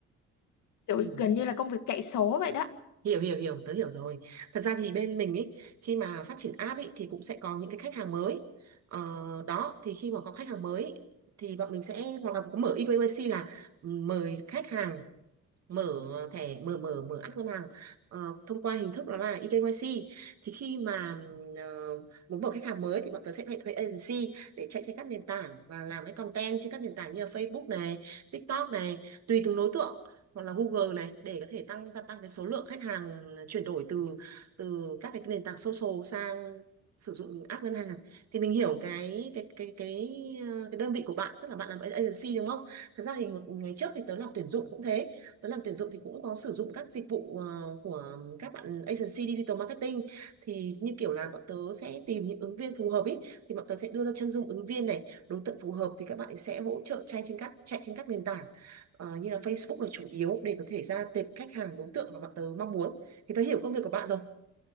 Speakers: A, on the left; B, on the right.
A: kiểu
B: Ừ.
A: gần như là công việc chạy số vậy đó
B: hiểu hiểu hiểu tớ hiểu rồi thật ra thì bên mình ấy khi mà phát triển app ấy thì cũng sẽ có những cái khách hàng mới ờ, đó thì khi mà có khách hàng mới ý, thì bọn mình sẽ hoặc là có mở E eKYC là mời khách hàng mở thẻ mở mở mở app ngân hàng ờ, thông qua hình thức đó là eKYC thì khi mà ừm, ờ, muốn mở khách hàng mới thì bọn tớ sẽ phải thuê agency để chạy trên các nền tảng và làm cái content trên các nền tảng như là Facebook này TikTok này tùy từng đối tượng hoặc là Google này để có thể tăng gia tăng cái số lượng khách hàng chuyển đổi từ từ các cái nền tảng social sang sử dụng app ngân hàng thì mình hiểu cái cái cái cái ờ, cái đơn vị của bạn tức là bạn làm agency đúng không thật ra thì một ngày trước thì tớ làm tuyển dụng cũng thế Tớ làm tuyển dụng thì cũng có sử dụng các dịch vụ ờ, của các bạn agency digital marketing thì như kiểu là bọn tớ sẽ tìm những ứng viên phù hợp ý thì bọn tớ sẽ đưa ra chân dung ứng viên này đối tượng phù hợp thì các bạn ấy sẽ hỗ trợ chạy trên các chạy trên các nền tảng ờ, như là Facebook là chủ yếu để có thể ra tệp khách hàng đối tượng mà bọn tớ mong muốn thì tớ hiểu công việc của bạn rồi